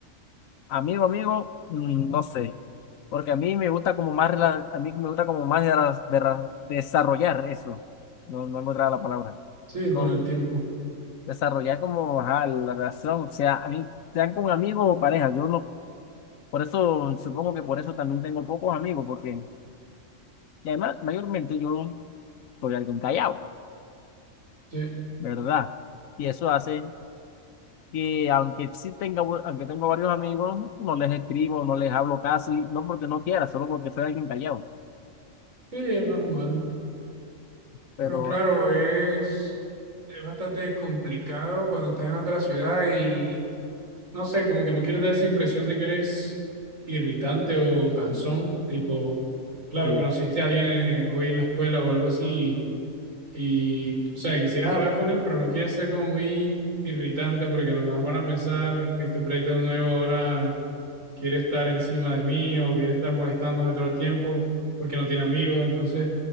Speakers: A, on the left; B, on the right.
A: Amigo, amigo, mm, no sé, porque a mí me gusta como más, rela- a mí me gusta como más de, ra- de ra- desarrollar eso, no, no encontraba la palabra,
B: Sí,
A: no,
B: con el tiempo.
A: desarrollar como, ajá, la relación, o sea, a mí, sean con amigos o pareja, yo no, por eso, supongo que por eso también tengo pocos amigos, porque, y además, mayormente yo soy alguien callado,
B: Sí,
A: ¿verdad? Y eso hace que, aunque sí tenga, bu- aunque tengo varios amigos, no les escribo, no les hablo casi, no porque no quiera, solo porque soy alguien callado.
B: sí, es normal.
A: Pero
B: Pero claro, es, es bastante complicado cuando estás en otra ciudad y no sé, como que no quieres dar esa impresión de que eres irritante o cansón, tipo, claro,
A: sí,
B: conociste a alguien eh, hoy en la escuela o algo así y, y, o sea, quisieras hablar con él, pero no quieres ser como muy irritante porque a lo mejor van a pensar, uy, este pleito nuevo ahora quiere estar encima de mí o quiere estar molestándome todo el tiempo porque no tiene amigos, entonces